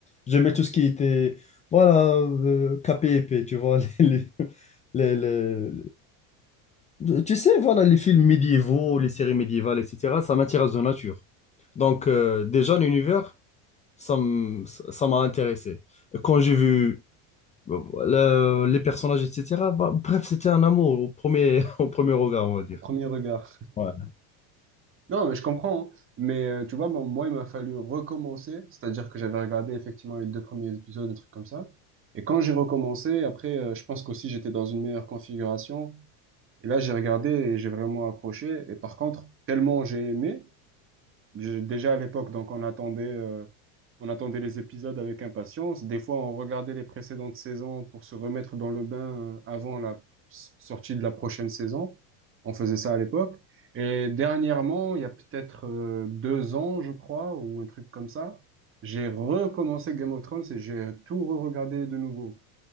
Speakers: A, on the left (about 15°); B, on the right (about 30°).
A: J'aimais tout ce qui était, voilà, euh, capé épais, tu vois. <laughs> les- les- les- les- Tu sais, voilà, les films médiévaux, les séries médiévales, etc., ça m'intéresse de nature. Donc, euh, déjà, l'univers, ça m- ça m'a intéressé. Quand j'ai vu bah, le- les personnages, etc. Bah, bref, c'était un amour au premier, <laughs> au premier regard, on va dire.
B: Au premier regard.
A: Ouais.
B: Non, mais je comprends. hein. Mais euh, tu vois, moi, moi, il m'a fallu recommencer. C'est-à-dire que j'avais regardé effectivement les deux premiers épisodes, un truc comme ça. Et quand j'ai recommencé, après, euh, je pense qu'aussi j'étais dans une meilleure configuration. Et là, j'ai regardé et j'ai vraiment accroché. Et par contre, tellement j'ai aimé. Je- Déjà à l'époque, donc on attendait, euh, on attendait les épisodes avec impatience. Des fois, on regardait les précédentes saisons pour se remettre dans le bain euh, avant la s- sortie de la prochaine saison. On faisait ça à l'époque. Et dernièrement, il y a peut-être euh, deux ans, je crois, ou un truc comme ça, j'ai recommencé Game of Thrones et j'ai tout re-regardé de nouveau.